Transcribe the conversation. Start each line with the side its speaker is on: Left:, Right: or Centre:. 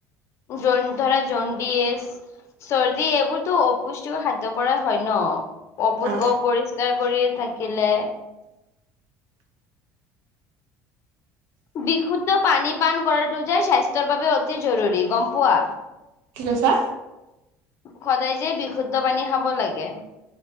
Left: জ ধৰা জণ্ডিচ। চৰ্দি এইবোৰটো অপুষ্টিকৰ খাদ্যৰ পৰাই হয় ন। অপ
Right: অ
Left: অপৰিষ্কাৰ কৰি থাকিলে। বিশুদ্ধ পানী পান কৰাটো যে স্বাস্থ্যৰ বাবে অতি জৰুৰী গম পোৱা?
Right: কি কৈছা?
Left: সদায় যে বিশুদ্ধ পানী খাব লাগে